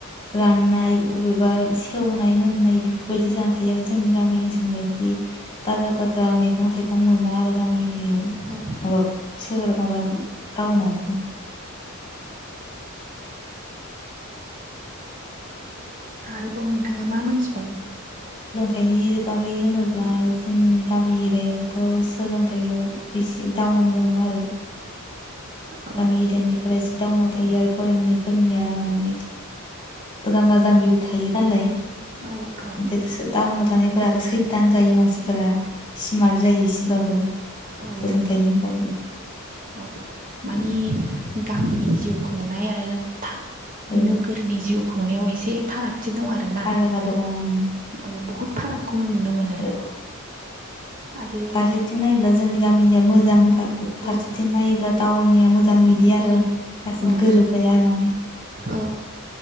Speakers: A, on the left; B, on the right.
A: राननाय अबेबा सेवनाय मोननाय बेफोरबायदि जा थायो आरो जोंनि गामि ओनसोलाव बेयादि टाजा टाजा मेगं थाइगं मोना आरो गामि एरियायाव
B: औ
A: माबा सोहोराव माबा टाउनाव
B: आरोबाव नोंथाङा मा मोनथिबावो
A: नायनि बागै होनोब्ला जोंनि गामि एरियायावथ' सोलोंथाइयाव एसे दाउन मोनदङो आरो
B: औ
A: गामि एरियानिफ्राय एसे डाउनाव थायो आरो फरायनायफोरनिया माने जाम्बा जाम्बिबो थायो नालाय
B: औ औ
A: दोदोसो टाउनाव थानायफोरा आरो सैथान जायो मानसिफोरा स्मार्ट जायो एसेबाबो
B: औ
A: सोलोंथाइनि
B: नंगौ
A: ब
B: औ मानि
A: उम
B: गामिनि जिउ खुंनाय आरो था
A: औ
B: नोगोरनि जिउ खुंनायाव एसे फाराग थि दं आरोना
A: फारागा दङ उम,
B: औ बुहुद फारागखौनो नुनो मोनो
A: औ
B: आरो
A: फारसेथिं नायोब्ला जोंनि गामिनिया मोजां पार्क
B: औ
A: फारसेथिं नायोबा टाउननिया मोजां बिदि आरो
B: औ
A: गासिबो
B: औ
A: गोरोबलाया आरो माने
B: औ